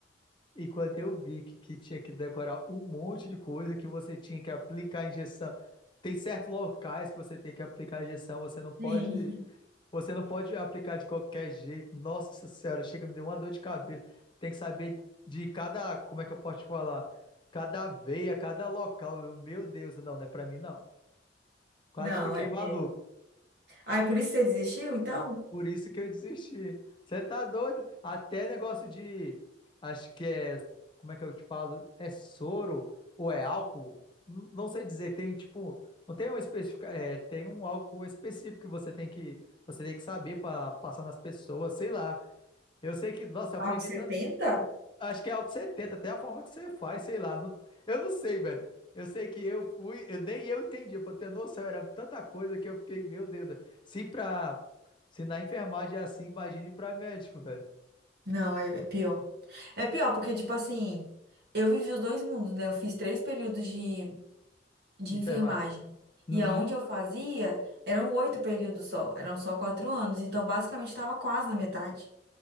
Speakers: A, on the left; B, on the right.
A: E quando eu vi que, que tinha que decorar um monte de coisa, que você tinha que aplicar a injeção. Tem certos locais que você tem que aplicar a injeção, você não pode,
B: Sim.
A: você não pode aplicar de qualquer jeito. Nossa Senhora, chega, me deu uma dor de cabeça. Tem que saber de cada, como é que eu posso te falar? Cada veia, cada local. Eu, meu Deus, não, não é pra mim não. Quase
B: Não,
A: fiquei
B: é.
A: maluco.
B: é. Ah, é por isso que você desistiu, então?
A: Por isso que eu desisti. Você tá doido? Até negócio de. Acho que é. Como é que eu te falo? É soro ou é álcool? N- Não sei dizer. Tem tipo. Não tem um específico. É, tem um álcool específico que você tem que. Você tem que saber pra passar nas pessoas, sei lá. Eu sei que, nossa, eu
B: Algo
A: aprendi
B: 70.
A: Acho que é algo que você tenta, até a forma que você faz, sei lá. não- eu não sei, velho. Eu sei que eu fui, eu, nem eu entendi, pra ter noção, era tanta coisa que eu fiquei, meu Deus, velho. Se pra, se na enfermagem é assim, imagine pra médico, velho.
B: Não, é, é pior. É pior, porque, tipo assim, eu vivi os dois mundos, né? Eu fiz três períodos de, de
A: Enfermagem.
B: enfermagem.
A: Uhum.
B: E aonde eu fazia, eram oito períodos só, eram só quatro anos. Então, basicamente, estava quase na metade.